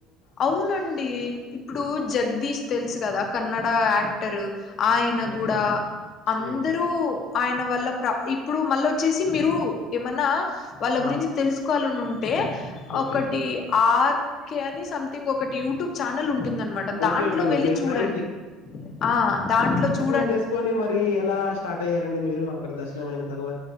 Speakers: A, on the left; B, on the left.
A: అవునండి. ఇప్పుడు జగ్దీష్ తెల్సు కదా కన్నడ యాక్టర్ ఆ యన
B: ఓకే
A: గూడ అందరూ
B: ఉమ్.
A: ఆయన వల్ల ప్ర ఇప్పుడు మళ్ళ వచ్చేసి మీరు ఏమన్నా వాళ్ళ గు
B: ఆ
A: రించి తెల్సుకోవాలనుంటే
B: ఓకే
A: ఒకటి ఆర్ కే అని సమ్ థింగ్ ఒకటి యూట్యూబ్ ఛానెల్ ఉంటుందన్మాట
B: ఓకే
A: దాంట్లో
B: ఓకే అండి
A: వెళ్ళి
B: నేను
A: చూడండి
B: ట్రై
A: ఆ దాంట్లో చూ
B: నం చేస్కోని మరి ఎలా స్టార్ట్ అయ్యారండి మీరు అక్కడ దర్శనం అయిన తర్వా